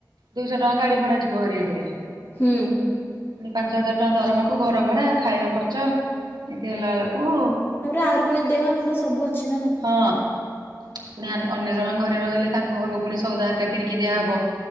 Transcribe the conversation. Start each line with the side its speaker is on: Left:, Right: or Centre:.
Right: ଦୁଇଶହ ଟଙ୍କା ଗାଡି ଭଡା ଯିବ ହେରି ଏଇଥିରେ।
Left: ହୁଁ।
Right: ପୁଣି ପାଞ୍ଚ ହଜାର ଟଙ୍କା ଦରମାକୁ ଘର ଭଡା ଖାଇବା ଖର୍ଚ୍ଚ ଏମିତି ହେଲା ବେଳକୁ
Left: <unintelligible> ପୁଣି ଦେହ ସବୁ ଅଛି ନା ନାଇଁ
Right: ହଁ। ପୁଣି ଅନ୍ୟ ଜଣଙ୍କ ଘରେ ରହିଲେ ତାଙ୍କ ଘରକୁ ପୁଣି ସଉଦା ହେରିକା କିଣିକି ଦିଆହବ।